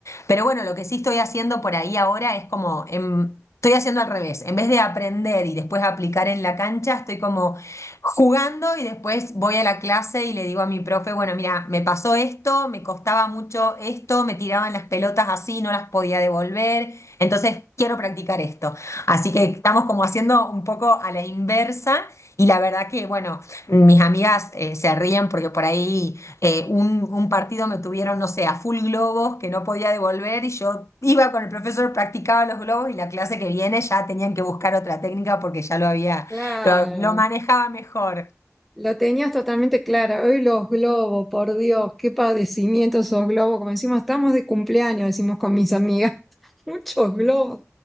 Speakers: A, on the left (about 70°); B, in the centre.
A: Pero bueno, lo que sí estoy haciendo por ahí ahora es como, em, estoy haciendo al revés. En vez de aprender y después aplicar en la cancha, estoy como jugando y después voy a la clase y le digo a mi profe, bueno, mira, me pasó esto, me costaba mucho esto, me tiraban las pelotas así, no las podía devolver, entonces quiero practicar esto. Así que estamos como haciendo un poco a la inversa. Y la verdad que, bueno, mis amigas eh, se ríen porque por ahí eh, un, un partido me tuvieron, no sé, a full globos que no podía devolver y yo iba con el profesor, practicaba los globos y la clase que viene ya tenían que buscar otra técnica porque ya lo había,
B: claro.
A: lo, lo manejaba mejor.
B: Lo tenías totalmente clara. Hoy los globos, por Dios, qué padecimiento esos globos. Como decimos, estamos de cumpleaños, decimos con mis amigas. <laughs> Muchos globos.